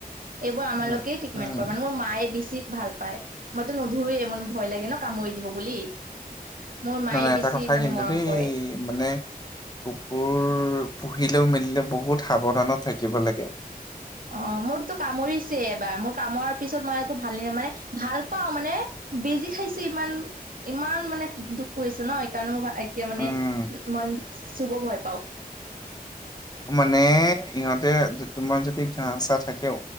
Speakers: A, on the right; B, on the left.
A: এইবোৰ আমালোকে
B: উম
A: ট্ৰিটমেন্ট
B: উম
A: কৰে মানে মোৰ মায়ে বেছি ভাল পায়। মইতো নধৰোয়ে মোৰ ভয় লাগে ন' কামুৰি দিব বুলি। মোৰ মায়ে
B: নাই নাই এটা
A: বেছি
B: কথা
A: মানে
B: কিন্তু
A: মৰম
B: দেই
A: কৰে।
B: মানে কুকুৰ পুহিলেও মেলিলে বহুত সাৱধানত থাকিব লাগে।
A: অঁ, মোৰতো কামুৰিছেই এবাৰ মোৰ কামাৰ পিছত মই একো ভালে মানে- ভাল পাও মানে বেজি খাইছো ইমান, ইমান মানে দুখ কৰিছে ন' এইকাৰণে মোৰ ভাল- এতিয়া মানে
B: উম
A: মই চুব ভয় পাওঁ।
B: মানে ইহঁতে তোমাৰ যদি কাঁহ-চাঁহ থাকে-